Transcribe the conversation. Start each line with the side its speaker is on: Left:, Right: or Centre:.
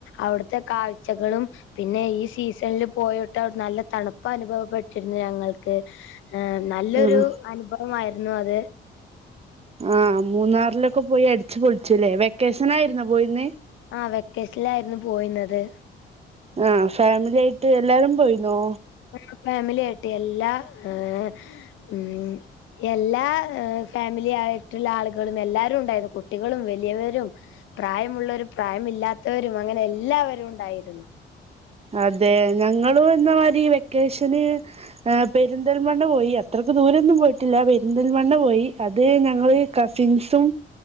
Left: അവ്ട്ത്തെ കാഴ്ചകളും പിന്നെ ഈ സീസണില് പോയോട്ട് അവടെ നല്ല തണുപ് അനുഭവപ്പെട്ടിരുന്നു ഞങ്ങൾ ക്ക് നല്ലൊരു
Right: ആഹ്
Left: അനുഭവമായിരുന്നു അത്
Right: ആഹ് മൂന്നാറിലൊക്കെ പോയി അടിച്ചു പൊളിച്ചുല്ലേ വെക്കേഷൻ ആയിരുന്നോ പോയിന്ന്
Left: ആഹ് വെക്കേഷനിലായിരുന്നു പോയിന്നത്
Right: ആഹ് ഫാമിലി ആയിട്ട് എല്ലാരും പോയീന്നോ
Left: വർക്ക് ഫാമിലി ആയിട്ട് എല്ലാ ഏ ഉം എല്ലാ ഫാമിലി ആയിട്ടുള്ള ആളുകളും എല്ലാരും ഉണ്ടായിരുന്നു കുട്ടികളും വലിയവരും പ്രായമുള്ളവരും പ്രായമില്ലാത്തവരും അങ്ങനെ എല്ലാവരും ഉണ്ടായിരുന്നു
Right: അതെ ഞങ്ങളു എന്ന മാതിരി വെക്കേഷന് പെരിന്തൽമണ്ണ പോയി അത്രയ്ക്ക് ദൂരൊന്നും പോയിട്ടില്ല പെരിന്തൽമണ്ണ പോയി അത് ഞങ്ങള് കസിൻസും